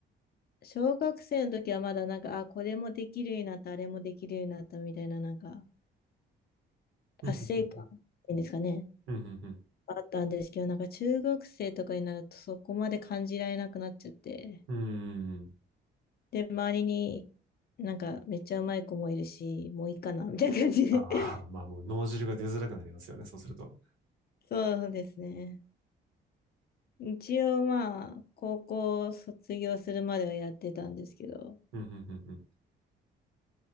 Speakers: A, on the left; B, on the right.
A: 小学生の時はまだなんか、あ、これもできるようになった、あれもできるようになったみたいな、なんか達成感っていうんですかね、
B: うん、うん、うん、う
A: あったんですけど、なんか中学生とかになるとそこまで感じられなくなっちゃって。
B: ん。うん
A: で、周りになんかめっちゃうまい子もいるし、もういいかな、みたいな感じで。
B: ああ、
A: <laughs>
B: まあもう脳汁が出づらくなりますよね。そうすると。
A: そうですね。一応まあ、高校卒業するまではやってたんですけど、
B: うん、うん、うん、